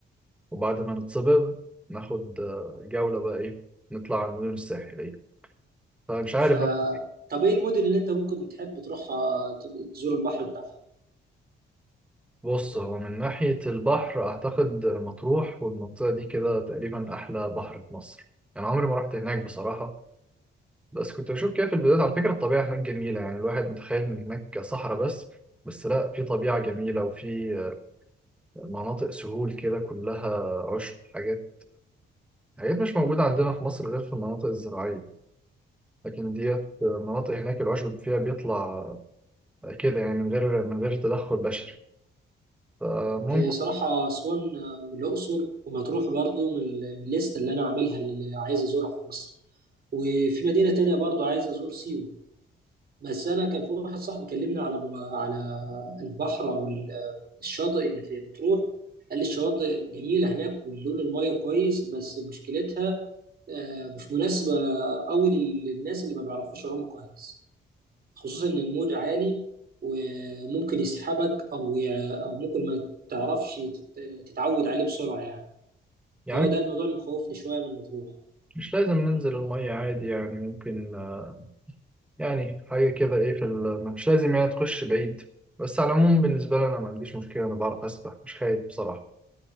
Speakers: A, in the centre; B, on the right.
A: وبعد ما نتصبغ ناخد آه، جولة بقى إيه نطلع على المدن الساحلية فمش عارف
B: ف
A: بقى
B: طب ايه المدن اللي انت ممكن تحب تروحها ت- تزور البحر بتاعها
A: بص هو من ناحية البحر أعتقد مطروح والمنطقة دي كده تقريبا أحلى بحر في مصر أنا عمري ما رحت هناك بصراحة بس كنت بشوف كده في الفيديوهات على فكرة الطبيعة هناك جميلة يعني الواحد متخيل إن هناك صحراء بس بس لا في طبيعة جميلة وفي مناطق سهول كده كلها عشب حاجات حاجات مش موجودة عندنا في مصر غير في المناطق الزراعية لكن ديت مناطق هناك العشب فيها بيطلع كده يعني من غير من غير تدخل بشري فممكن
B: هي صراحه اسوان والاقصر ومطروح برضو من ال- من الليسته اللي انا عاملها اللي عايز ازورها في مصر وفي مدينه تانية برضو عايز ازور سيوه بس انا كان في واحد صاحبي كلمني على على البحر او ال- الشاطئ اللي في مطروح قال لي الشواطئ جميله هناك واللون الميه كويس بس مشكلتها آه، مش مناسبه قوي للناس اللي ما بيعرفوش يعوموا كويس خصوصا ان الموج عالي وممكن يسحبك او يع- او ممكن ما تعرفش تت- تتعود عليه بسرعه يعني
A: يعني
B: هو ده الموضوع اللي مخوفني شويه من مطروح
A: مش لازم ننزل المية عادي يعني ممكن آه، يعني حاجة كده إيه في ال... مش لازم يعني تخش بعيد بس على العموم بالنسبة لي أنا ما عنديش مشكلة أنا بعرف أسبح مش خايف بصراحة